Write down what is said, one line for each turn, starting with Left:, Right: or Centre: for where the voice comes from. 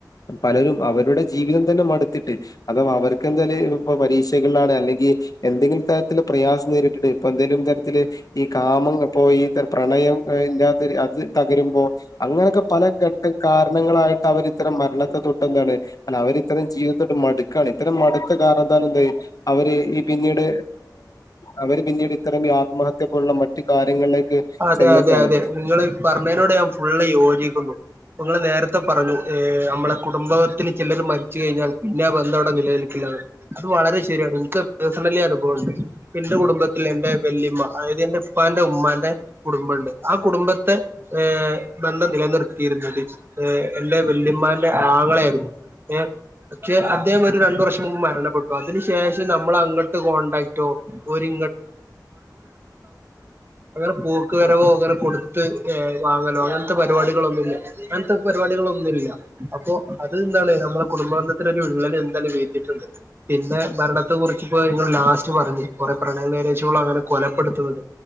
Left: പലരും അവരുടെ ജീവിതം തന്നെ മടുത്തിട്ട് അതും അവർക്ക് എന്തായാലും ഇ പരീ അല്ലെങ്കിൽ എന്തെങ്കിലും തരത്തിലുള്ള പ്രയാസം നേരിട്ടിട്ട് ഇപ്പ എന്തെങ്കിലും തരത്തിലുള്ള ഈ കാമം പോ പ്രണയം അത് തകരുമ്പോ അങ്ങനെയൊക്കെ പല ഘട്ട കാരണങ്ങളായിട്ട് അവർത്തരം മരണത്തെ തൊട്ട് ന്താണ് അവരിത്രം ജീവി മടുക്കാണ് ഇത്തരം മടുത്ത കാരണത്താല് എന്ത എന്താ അവര് ഈ പിന്നീട് അവര് ന്നീട് ഇത്തരം ഈ ആത്മഹത്യ പോലുള്ള മറ്റു കാര്യങ്ങളിലേക്ക്
Right: അതെ
Left: ചെന്നത്താണ്
Right: അതെ അതെ നിങ്ങള് പറഞ്ഞതിനോട് ഞാൻ ഫുള്ള് യോജിക്കുന്നു ങ്ങൾ നേരത്തെ പറഞ്ഞു നമ്മളെ കുടുംബത്തിൽ ചിലർ മരിച്ച് കഴിഞ്ഞാൽ പിന്നെ ആ ബന്ധം അവിടെ നിലനിൽക്കില്ല അത് വളരെ ശരിയാണ് എനിക്ക് പേഴ്സണലി അനുഭവം ഉണ്ട് എന്റെ കുടുംബത്തിൽ എന്റെ വല്യമ്മ അതായത് എന്റെ ഇപ്പാന്റെ ഉമ്മന്റെ കുടുംബംണ്ട് ആ കുടുംബത്തെ ഏ ബന്ധം നിലനിർത്തിയിരുന്നത് എന്റെ വല് മാന്റെ ആങ്ങള ആയിരുന്നു ഏ.. പക്ഷെ അദ്ദേഹം ഒരു രണ്ടു വർഷം മുമ്പ് മരണപ്പെട്ടു അതിന് ശേഷം നമ്മൾ അങ്ങോട്ട് കോൺടാക്റ്റോ ഓര് ഇ <unintelligible> പൂക്ക് വരവോ അങ്ങനെ കൊടുത്ത് വാങ്ങലോ അങ്ങനത്തെ പരിപാടികളൊന്നുല്ല അങ്ങനത്തെ പരിപാടികളൊന്നുമില്ല അപ്പോ അത് എന്താണ് നമ്മുടെ കുടുംബന്ധത്ത ഒരു വിള്ളല് എന്താലും വീഴ്ത്തിട്ടുണ്ട് പിന്നെ ന്നാത്തെ കൊറച്ച് പോയി ന്നാ ലാസ്റ്റ് പറഞ്ഞ് കൊറെ പ്രണയമാര്യാജ്കളാണ് അങ്ങനെ കൊലപെടുത്തുന്നത്.